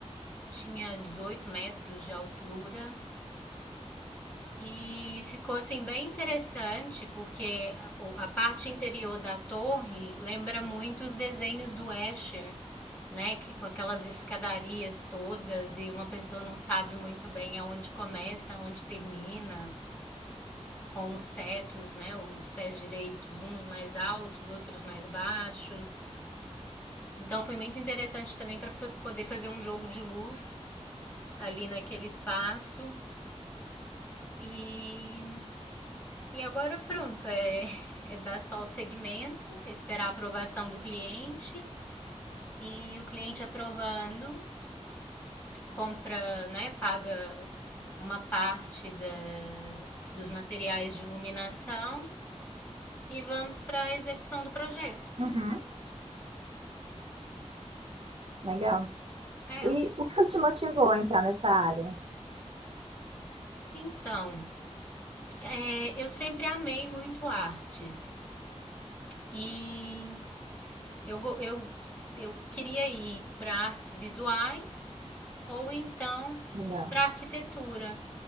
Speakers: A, on the left; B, on the right.
A: tinha 18 metros de altura. E ficou assim bem interessante, porque a o- a parte interior da torre lembra muito os desenhos do Escher, né? Que, com aquelas escadarias todas e uma pessoa não sabe muito bem aonde começa, aonde termina. com os tetos, né, os pés direitos, uns mais altos, outros mais baixos. Então foi muito interessante também para poder fazer um jogo de luz ali naquele espaço. E, e agora pronto, é, <laughs> é dar só o segmento, esperar a aprovação do cliente e o cliente aprovando, compra, né, paga uma parte da, dos materiais de iluminação e vamos para a execução do projeto.
B: Uhum. Legal.
A: É,
B: E o que foi que te motivou a entrar nessa área?
A: então, é, eu sempre amei muito artes e eu, go- eu, eu queria ir para artes visuais ou então
B: Legal.
A: para arquitetura.